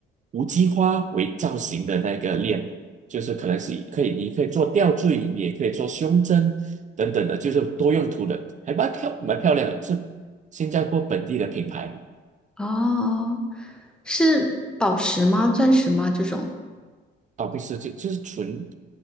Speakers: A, on the right; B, in the centre.
A: 无机花为造型的那个链，就是可能是以可以，你可以做吊坠，你也可以做胸针等等的，就是多用途的，还蛮漂蛮漂亮的，是新加坡本地的品牌
B: 哦，是宝石吗？钻石吗？这种？
A: 啊，不是，就就是纯